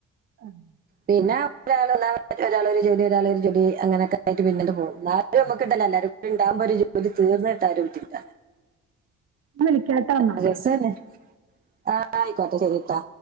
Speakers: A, on the right; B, on the right.
A: ഉം
B: പിന്നെ ഒരാൾ ഒരാളൊരു ജോലി ഒരാള ഒരു ജോലി അങ്ങനെക്ക ആയി് പിന്നട്ട പോും നമുല്ലരുംണ്ടകുമോ ഒരുോ തീർന്നട്ട് ആരും പറ്റില്ല
A: ഞാൻ വിളിക്കാട്ടോ എന്നാ
B: ആ രസന്നെ ആ ആയിക്കോട്ടെ ശരിട്ടാ